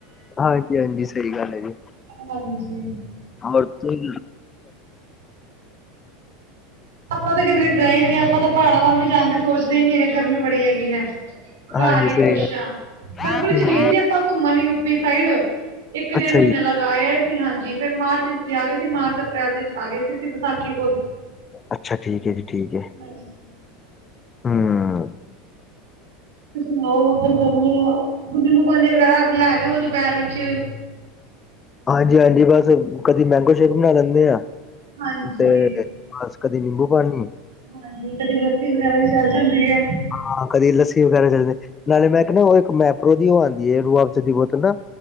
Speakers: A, on the left (about 25°); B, on the right (about 80°).
A: ਹਾਂਜੀ- ਹਾਂਜੀ ਸਹੀ ਗੱਲ ਹੈ ਜੀ
B: ਹਾਂਜੀ
A: ਹੋਰ ਤੁਸੀਂ
B: ਆਪਾਂ ਤਾਂ ਕਿਧਰੇ ਗਏ ਨੀ ਆਪਾਂ ਤਾਂ ਪਹਾੜਾਂ ਵਲ ਵੀ ਜਾਣਦੇ ਸੋਚਦੇ ਹੀ ਨੀ ਹੈਗੇ ਗਰਮੀ ਬੜੀ ਹੈਗੀ ਹੈ। ਘਰ
A: ਹਾਂਜੀ
B: ਹੀ
A: ਸਹੀ
B: ਖੁਸ਼ ਆ ਫਰਵਰੀ
A: ਗੱਲ
B: 'ਚ ਗਏ ਸੀ ਆਪਾ ਘੁੰਮਣ ਯੂਪੀ ਸਾਈਡ ਇਕ ਡੇਢ
A: ਅੱਛਾ
B: ਮਹੀਨੇ
A: ਜੀ
B: ਲਗਦਾ ਅਇਆ ਸੀ ਹਾਂਜੀ ਫੇਰ ਮਾਰਚ ਆ ਗਏ ਸੀ ਮਾਰਚ ਅਪ੍ਰੈਲ ਦੇ ਆ ਗਏ ਸੀ ਵਿਸਾਖੀ ਕੋਲ
A: ਅੱਛਾ ਠੀਕ ਹੈ ਜੀ ਠੀਕ ਹੈ।
B: ਹਾਂਜੀ
A: ਹਮ
B: ਤੁਸੀਣਾਓ ਉਧਰ ਗਰਮੀ ਦਾ ਨਿੰਬੂ ਪਾਣੀ ਵਗੈਰਾ ਲੈ ਰਹੇ ਹੋ ਦੁਪਹਿਰ ਵਿਚ
A: ਹਾਂਜੀ- ਹਾਂਜੀ ਬਸ ਕਦੀ ਮੈਂਗੋ ਸ਼ੇਕ ਬਣਾ ਲੈਂਦੇ ਆ
B: ਹਾਂਜੀ
A: ਤੇ ਬਸ ਕਦੇ ਨਿੰਬੂ ਪਾਣੀ-
B: ਹਾਂਜੀ ਕਦੀ ਲੱਸੀ ਵਗੈਰਾ ਵੀ ਚੱਲ ਜਾਂਦੀ ਹੈ।
A: ਹਾਂ ਕਦੀ ਲੱਸੀ ਵਗੈਰਾ ਚੱਲਦੇ- ਨਾਲੇ ਮੈਂ ਕਿਹਾ ਉਹ ਇਕ ਮੈਪਰੋ ਦੀ ਉਹ ਆਦੀ ਹੈ ਰੂਅਫਜਾ ਬੋਤਲ ਨਾ